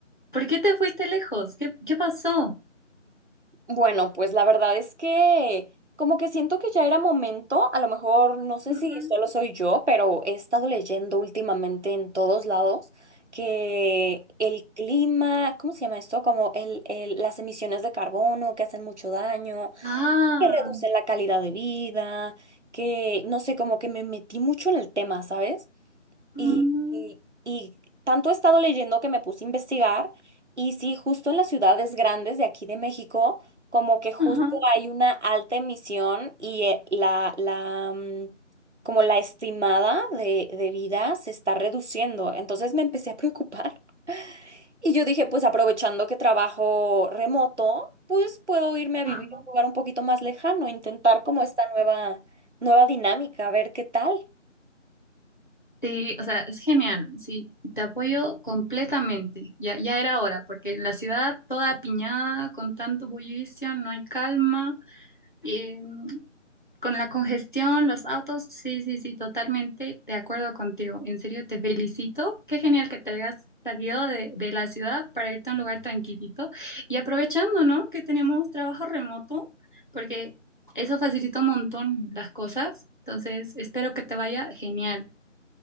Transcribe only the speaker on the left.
¿Por qué te fuiste lejos? ¿Qué, qué pasó?
Ujú.
Ah,
mm,
ajá,
ajá.
Sí, o sea, es genial, sí, te apoyo completamente. Ya, ya era hora, porque en la ciudad toda apiñada, con tanto bullicio, no hay calma, y, mm, con la congestión, los autos, sí, sí, sí, totalmente de acuerdo contigo. En serio, te felicito. Qué genial que te hayas salido de, de la ciudad para irte a un lugar tranquilito y aprovechando, ¿no? Que tenemos trabajo remoto, porque eso facilita un montón las cosas. Entonces, espero que te vaya genial.